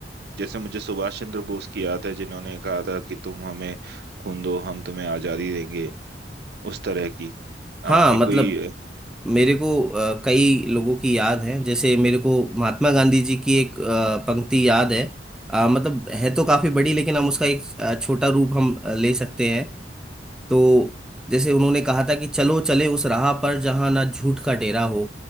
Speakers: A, on the right (about 60°); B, in the centre.
A: जैसे मुझे सुभाष चंद्र बोस की याद है जिन्होंने कहा था कि तुम हमें खून दो हम तुम्हें आजादी देंगे उस तरह की
B: हाँ
A: आपकी
B: मतलब
A: कोई
B: मेरे को अ, कई लोगों की याद है जैसे मेरे को महात्मा गांधी जी की एक अ, पंक्ति याद है अ, मतलब है तो काफी बड़ी लेकिन हम उसका एक अ, छोटा रूप हम अ, ले सकते हैं तो जैसे उन्होंने कहा था कि चलो चले उस राह पर जहां ना झूठ का डेरा हो